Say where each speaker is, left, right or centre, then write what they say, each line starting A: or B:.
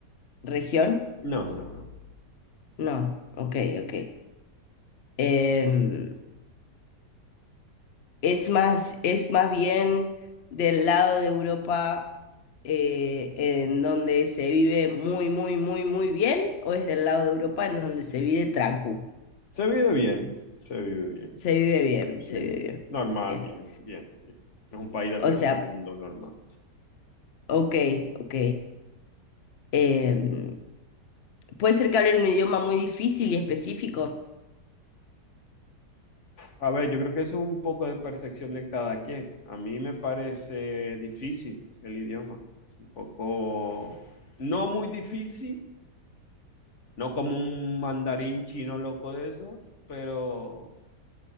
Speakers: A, on the left (about 60°); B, on the left (about 45°).
A: región.
B: No, no, no.
A: No, ok, ok. Em, es más, es más bien del lado de Europa eh, en donde se vive muy, muy, muy, muy bien, o es del lado de Europa en donde se vive tranquilo.
B: Se vive bien, se vive bien.
A: Se vive bien,
B: Sí,
A: se vive bien.
B: normal,
A: Bien.
B: bien, bien, bien. Es un país del
A: O
B: primer
A: sea,
B: mundo normal.
A: Ok, ok. Em, puede ser que hablen un idioma muy difícil y específico.
B: A ver, yo creo que eso es un poco de percepción de cada quien. A mí me parece difícil el idioma, un poco, no muy difícil, no como un mandarín chino loco de esos, pero